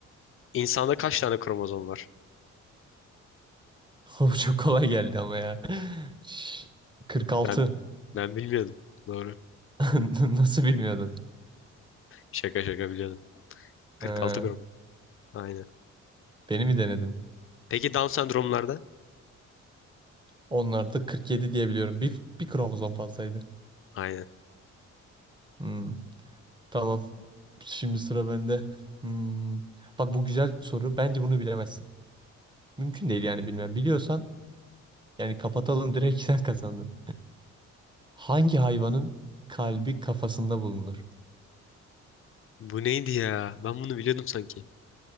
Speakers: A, on the left; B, on the right.
A: insanda kaç tane kromozom var?
B: <laughs> Bu çok kolay geldi ama ya. Şş, 46.
A: Ben ben bilmiyordum. Doğru.
B: <laughs> Nasıl bilmiyordun?
A: Şaka şaka biliyordum. 46
B: Ha,
A: kromozom. Aynen.
B: beni mi denedin?
A: Peki Down sendromlarda?
B: Onlarda 47 diye biliyorum. Bir, bir kromozom fazlaydı.
A: Aynen.
B: Hmm, tamam. Şimdi sıra bende. Hmm, Bak bu güzel soru. Bence bunu bilemezsin. Mümkün değil yani bilmem. Biliyorsan yani kapatalım direkt <laughs> sen kazandın. Hangi hayvanın kalbi kafasında bulunur?
A: Bu neydi ya? Ben bunu biliyordum sanki.